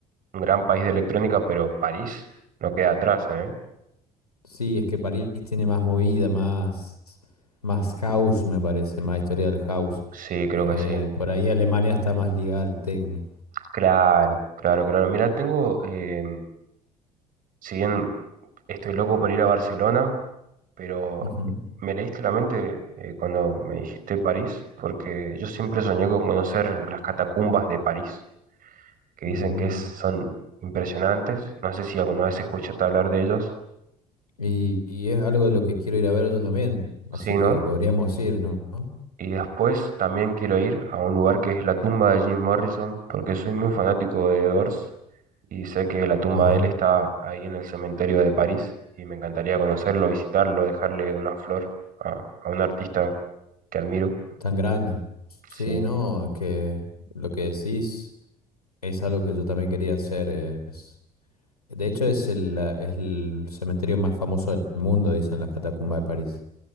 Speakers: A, on the right; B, on the left.
A: un gran país de electrónica, pero París no queda atrás, ¿eh?
B: Sí, es que París tiene más movida, más, más house, me parece, más historia del house.
A: Sí, creo
B: Eh,
A: que sí.
B: por ahí Alemania está más ligada al techno.
A: Claro, claro, claro. Mirá, tengo, eh, si bien estoy loco por ir a Barcelona, pero
B: Ujú.
A: me leíste la mente eh, cuando me dijiste París, porque yo siempre soñé con conocer las catacumbas de París, que dicen
B: Mm.
A: que es- son impresionantes. No sé si alguna vez escuchaste hablar de ellos.
B: Y, y es algo de lo que quiero ir a ver yo también,
A: Sí,
B: así
A: ¿no?
B: que podríamos ir, ¿no? ¿No?
A: Y después también quiero ir a un lugar que es la tumba de Jim Morrison, porque soy muy fanático de The Doors y sé que la tumba
B: Ajá,
A: de él está ahí en el cementerio de París y me encantaría conocerlo, visitarlo, dejarle una flor a, a un artista que admiro.
B: tan grande. Sí,
A: Sí,
B: no, es que lo que decís Es algo que yo también quería hacer. Es... De hecho, es el, la- es el cementerio más famoso del mundo, dicen las catacumbas de París.